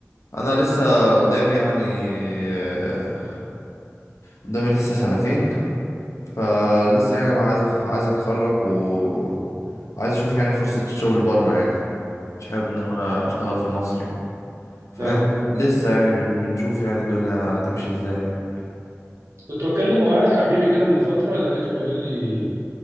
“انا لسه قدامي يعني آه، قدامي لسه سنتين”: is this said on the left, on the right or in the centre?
Left